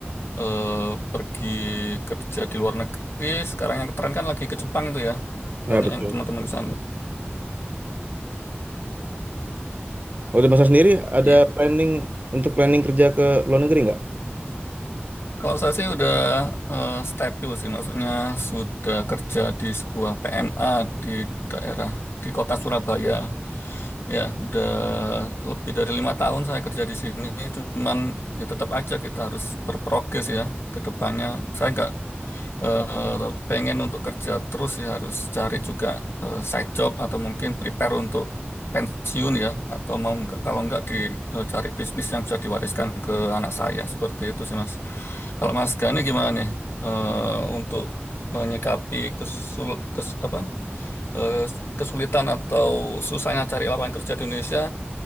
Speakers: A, on the left; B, on the right.
A: eh, pergi kerja di luar negeri. Sekarang yang keren kan lagi ke Jepang itu ya.
B: Ya
A: Banyak
B: betul.
A: yang teman-teman ke sana.
B: Kalau dari Mas Sis sendiri ada
A: Iya.
B: planning untuk planning kerja ke luar negeri nggak?
A: Kalau saya sih udah eh, stabil sih, maksudnya sudah kerja di sebuah PMA di daerah di kota Surabaya. Ya, udah lebih dari lima tahun saya kerja di sini. Cuman ya tetap aja kita harus berprogres ya ke depannya. Saya nggak eh, pengen untuk kerja terus ya harus cari juga eh, side job atau mungkin prepare untuk pensiun ya atau mau nggak- kalau nggak dicari bisnis yang bisa diwariskan ke anak saya seperti itu sih Mas. Kalau Mas Gani gimana nih eh, untuk menyikapi kesul kes- apa eh, kesulitan atau susahnya cari lapangan kerja di Indonesia